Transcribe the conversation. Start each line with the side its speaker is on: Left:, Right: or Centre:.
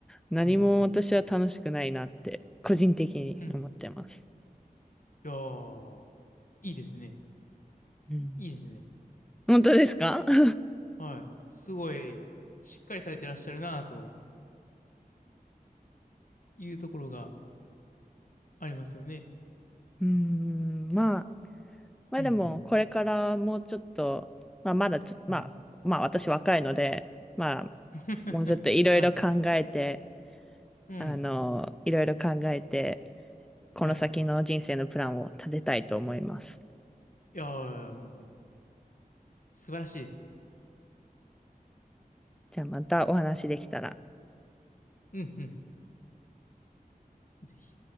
Centre: 何も私は楽しくないなって、
Left: うん、うん、
Centre: 個人的に思ってます。
Left: うん。いやー、いいですね。
Centre: うん、
Left: いいですね。
Centre: 本当ですか <laughs>
Left: はい。すごい、しっかりされてらっしゃるなというところがありますよね。
Centre: うーん、まあ、まあでも、
Left: うん、うん、
Centre: これからもうちょっと、まあまだちょっと、
Left: はい。
Centre: まあ、まあ私若いので、まあ、
Left: <laughs>
Centre: もうちょっといろいろ考えて、
Left: はい、うん、
Centre: あの、いろいろ考えて、この先の人生のプランを立てたいと思います。
Left: はい。いやー、もう、素晴らしいです。
Centre: じゃあまたお話できたら。
Left: うん、うん、ぜひ。